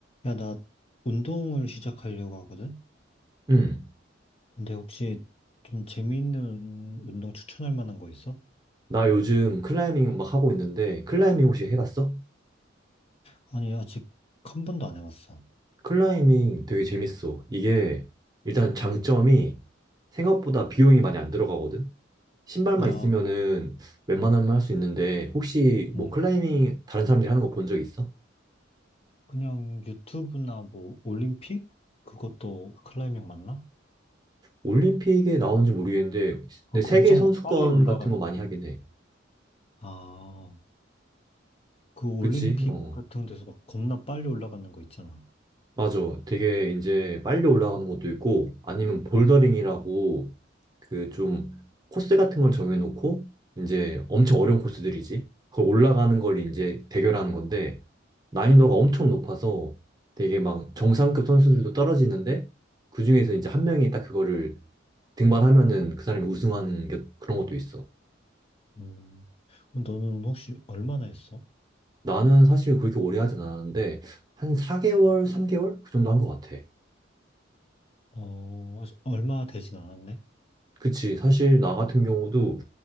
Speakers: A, on the left; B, on the right.
A: 야, 나 운동을 시작하려고 하거든?
B: 응.
A: 근데 혹시 좀 재미있는 운동 추천할 만한 거 있어?
B: 나 요즘 클라이밍 막 하고 있는데, 클라이밍 혹시 해봤어?
A: 음. 아니, 아직 한 번도 안 해봤어.
B: 클라이밍 되게 재밌어. 이게 일단 장점이
A: 응.
B: 생각보다 비용이 많이 안 들어가거든? 신발만
A: 아, 어,
B: 있으면은 웬만하면 할 수 있는데, 혹시
A: 응.
B: 뭐 클라이밍 다른 사람들이 하는 거 본 적 있어?
A: 그냥 유튜브나 뭐, 올림픽? 그것도 클라이밍 맞나?
B: 올림픽에 나오는지 모르겠는데,
A: 그거
B: 근데 세계
A: 엄청
B: 선수권
A: 막 빨리 올라가는
B: 같은 거 많이
A: 거.
B: 하긴 해.
A: 아, 그 올림픽
B: 그치? 어.
A: 같은 데서 막 겁나 빨리 올라가는 거 있잖아.
B: 맞아. 되게 이제 빨리 올라가는 것도 있고, 아니면 볼더링이라고
A: 어,
B: 그 좀 코스 같은 걸 정해놓고, 이제 엄청 어려운 코스들이지. 그걸 올라가는 걸 이제 대결하는 건데, 난이도가
A: 응.
B: 엄청 높아서 되게 막 정상급 선수들도 떨어지는데, 그중에서 이제 한 명이 딱 그거를 등반하면은 그 사람이 우승하는 게 그런 것도 있어.
A: 음. 그럼 너는 혹시 얼마나 했어?
B: 나는 사실 그렇게 오래 하진 않았는데, 한 4개월, 3개월? 그 정도 한 것 같아.
A: 어, 아직 얼마 되진 않았네?
B: 그치. 사실 나 같은 경우도